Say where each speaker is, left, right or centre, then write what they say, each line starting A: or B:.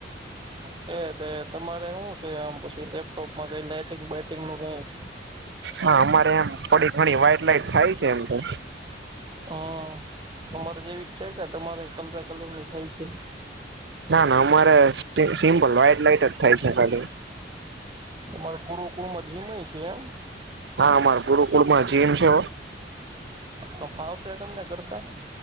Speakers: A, on the right; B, on the right.
A: કે તમારે શું છે. આ પછી લેપટોપમાં કઈ લાઈટિંગટંગ નું કઈ-
B: હા અમારે એમ થોડી ઘણી વાાઈટ લાઈટ થાય છે. એમ તો-
A: હમ તમારે જેવીચ છે. કે તમારે કલરે કલર ની થાય છે.
B: ના ના અમારે સિમ્પલ વ્હાઈટ લાઈટ જ થાય છે. ખાલી
A: તમારે ગુરુકમાં જીમ છે. એમ
B: હા અમાર ગુરુકુળમાં જીમ છે.
A: તો ફાવશે તમને કરતા-